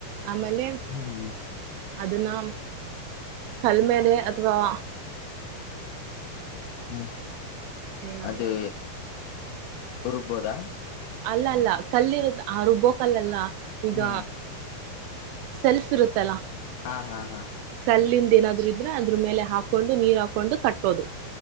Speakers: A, on the right (about 80°); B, on the left (about 80°).
A: ಆಮೇಲೆ
B: ಹ್ಮ <inaudible>
A: ಅದನ್ನ ಕಲ್ಲಮೇಲೆಅಥವಾ
B: ಹ್ಮ್
A: ಏನದು
B: ಅದು ಹುಡ್ಕಬಹುದಾ
A: ಅಲ್ಲ ಅಲ್ಲ ಕಲ್ಲಿರುದ ಆ ರು ಬೊಕಲ್ಲ ಈಗ
B: ಹ್ಮ್
A: ಸೆಲ್ಫ್ ಇರುತ್ತಲ್ಲ
B: ಹಾ ಹಾ ಹಾ
A: ಕಲ್ಲಿಂದ ಏನಾದ್ರು ಇದ್ರೆ ಅದ್ರ ಮೇಲೆ ಹಾಕೊಂಡು ನೀರ್ ಹಾಕೊಂಡು ಕಟ್ಟೋದು